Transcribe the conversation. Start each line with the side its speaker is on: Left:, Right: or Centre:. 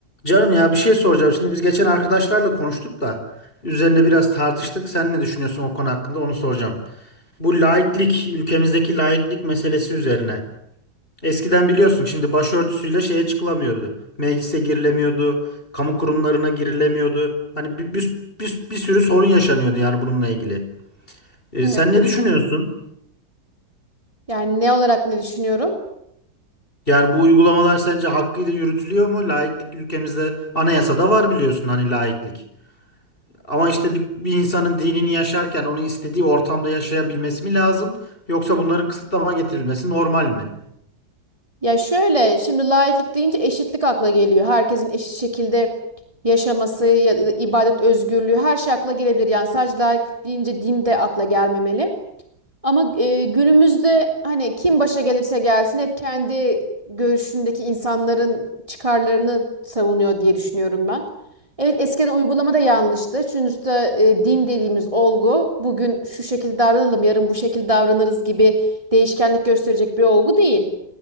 Left: Canım ya bir şey soracağım. Şimdi biz geçen arkadaşlarla konuştuk da üzerine biraz tartıştık. Sen ne düşünüyorsun o konu hakkında onu soracağım. Bu laiklik, ülkemizdeki laiklik meselesi üzerine. Eskiden biliyorsun şimdi başörtüsüyle şeye çıkılamıyordu. Meclise girilemiyordu, kamu kurumlarına girilemiyordu. Hani bir, bir, bir, bir sürü sorun yaşanıyordu yani bununla ilgili. E,
Right: Evet.
Left: sen ne düşünüyorsun?
Right: Yani ne olarak ne düşünüyorum?
Left: Yani bu uygulamalar sence hakkıyla yürütülüyor mu? Laiklik ülkemizde anayasada var biliyorsun hani laiklik. Ama işte bir, bir insanın dinini yaşarken onu istediği ortamda yaşayabilmesi mi lazım? Yoksa bunların kısıtlama getirilmesi normal mi?
Right: Ya şöyle şimdi laiklik deyince eşitlik akla geliyor. Herkesin eşit şekilde yaşaması ya da ibadet özgürlüğü her şey akla gelebilir. Yani sadece laiklik deyince din de akla gelmemeli. Ama e, günümüzde hani kim başa gelirse gelsin hep kendi görüşündeki insanların çıkarlarını savunuyor diye düşünüyorum ben. Evet eskiden uygulamada yanlıştı. Sonuçta e, din dediğimiz olgu bugün şu şekilde davranalım yarın bu şekilde davranırız gibi değişkenlik gösterecek bir olgu değil.